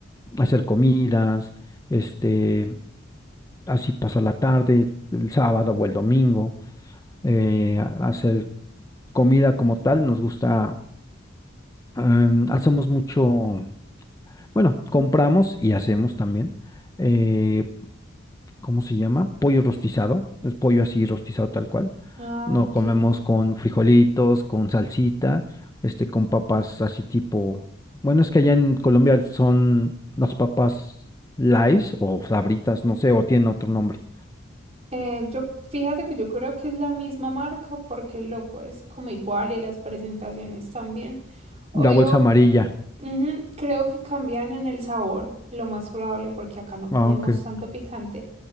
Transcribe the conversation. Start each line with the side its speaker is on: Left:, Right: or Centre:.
Left: hacer comidas, este. así pasa la tarde, el sábado o el domingo, eh, a- hacer comida como tal, nos gusta, em, hacemos mucho, bueno, compramos y hacemos también, eh, ¿cómo se llama? Pollo rostizado, es pollo así rostizado tal cual,
Right: Ah,
Left: no
Right: ok.
Left: comemos con frijolitos, con salsita, este, con papas así tipo, bueno, es que allá en Colombia son las papas Lays o Sabritas, no sé, o tienen otro nombre.
Right: Eh, yo, fíjate que yo creo que es la misma marca porque el logo es como igual y las presentaciones también. Obvio,
Left: La bolsa amarilla.
Right: ujú, creo que cambian en el sabor, lo más probable porque acá no comemos
Left: Ah, ok.
Right: tanto picante,